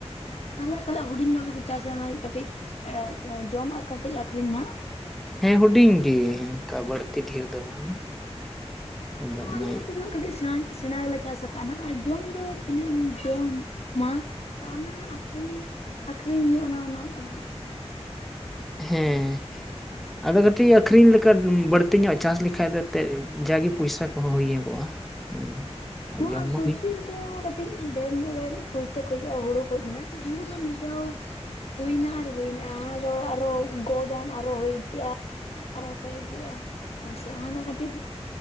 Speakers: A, on the left; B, in the centre.
A: ᱛᱟᱦᱚᱞᱮ ᱯᱟᱞᱮᱜ ᱦᱩᱰᱤᱧ ᱧᱚᱜ ᱜᱮᱯᱮ ᱪᱟᱥᱟ ᱚᱱᱟ ᱠᱟᱹᱴᱤᱡ ᱮᱸᱜ ᱡᱚᱢ ᱟᱨ ᱠᱟᱹᱴᱤᱡ ᱟᱹᱠᱷᱨᱤᱧ ᱱᱟᱜ
B: ᱦᱮᱸ ᱦᱩᱰᱤᱧ ᱜᱮ ᱚᱱᱠᱟ ᱵᱟᱹᱲᱛᱤ ᱰᱷᱤᱨ ᱫᱚ ᱵᱟᱝᱟ ᱟᱫᱚ ᱚᱱᱟ
A: ᱟᱞᱮ
B: ᱤᱭᱟᱹᱛᱮ
A: ᱚᱱᱛᱮ ᱫᱚ ᱦᱟᱸᱜ ᱠᱟᱹᱴᱤᱡ ᱥᱮᱬᱟ ᱥᱮᱬᱟ ᱜᱮᱞᱮ ᱪᱟᱥ ᱟᱠᱟᱫ-ᱟ ᱱᱟᱜ ᱟᱨ ᱡᱚᱢ ᱫᱚ ᱛᱤᱱᱟᱹᱜ ᱮᱢ ᱡᱚᱢ ᱢᱟ ᱛᱚ ᱚᱱᱟ ᱟᱠᱷᱨᱤᱧ ᱟᱠᱷᱨᱤᱧ ᱦᱩᱭᱩᱜ ᱟᱱᱟ ᱚᱱᱟᱜ ᱠᱟᱱᱟ
B: ᱦᱮᱸ ᱟᱫᱚ ᱠᱟᱹᱴᱤᱡ ᱟᱹᱠᱷᱨᱤᱧ ᱞᱮᱠᱟ ᱵᱟᱹᱲᱛᱤ ᱧᱚᱜ ᱪᱟᱥ ᱞᱮᱠᱷᱟᱡ ᱫᱚ ᱮᱱᱛᱮᱫ ᱡᱟᱜᱮ ᱯᱚᱭᱥᱟ ᱠᱚᱦᱚᱸ ᱦᱩᱭ ᱧᱚᱜᱚᱜ-ᱟ ᱦᱮᱸ
A: ᱦᱚᱸ
B: ᱡᱚᱢ
A: ᱟᱨ
B: ᱢᱟ
A: ᱥᱚᱵᱽᱡᱤ
B: ᱦᱩᱭᱩᱜ
A: ᱫᱚ ᱠᱟᱹᱴᱤᱡ ᱰᱷᱮᱨ ᱧᱚᱜ ᱜᱮ ᱯᱩᱭᱥᱟᱹ ᱠᱚ ᱦᱩᱭᱩᱜᱼᱟ ᱦᱩᱲᱩ ᱠᱷᱚᱡ ᱫᱚ ᱱᱟᱜ ᱦᱩᱲᱩ ᱫᱚ ᱢᱤᱫ ᱫᱷᱟᱹᱣ ᱦᱩᱭ ᱱᱟ ᱟᱨ ᱦᱩᱭ ᱱᱟ ᱟᱫᱚ ᱟᱨᱦᱚ ᱜᱚᱫᱟᱢ ᱟᱨᱦᱚ ᱦᱩᱭ ᱤᱫᱤᱜᱼᱟ ᱟᱨᱦᱚ ᱦᱩᱭ ᱤᱫᱤᱜ-ᱟ ᱟᱨ ᱥᱮ ᱚᱱᱟ ᱫᱚ ᱠᱟᱹᱴᱤᱡ